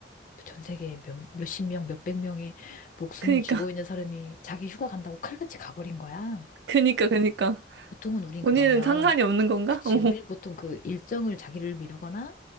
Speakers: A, on the left; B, on the right.
A: 전 세계 몇, 몇십 명, 몇백 명의 목숨을
B: 그니까,
A: 쥐고 있는
B: <laughs>
A: 사람이 자기 휴가 간다고 칼같이 가버린 거야.
B: 그니까, 그니까.
A: 보통은 우린
B: 본인은
A: 그러면
B: 상관이 없는 건가?
A: 그치.
B: <laughs> 어,
A: 우리는 보통 그 일정을 자기를 미루거나